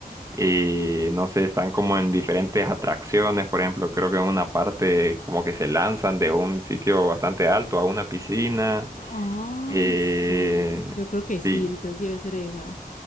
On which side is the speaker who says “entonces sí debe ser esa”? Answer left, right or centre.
Left